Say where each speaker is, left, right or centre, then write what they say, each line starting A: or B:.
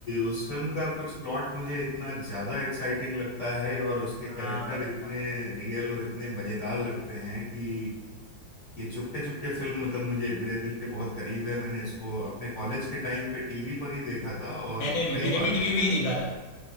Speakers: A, on the left; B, on the left.
A: उस फिल्म का कुछ प्लॉट मुझे इतना ज्यादा एक्साइटिंग लगता है और उसके
B: हाँ
A: कैरेक्टर
B: भाई
A: इतने
B: हाँ।
A: रियल और इतने मजेदार लगते हैं कि ये चुपके चुपके फिल्म मतलब मुझे मेरे दिल के बहुत करीब है मैंने इसको अपने कॉलेज के टाइम पे टीवी पर ही देखा था और
B: मैंने भी
A: कई
B: मैंने
A: बार
B: भी टीवी
A: देखा
B: पे ही देखा था।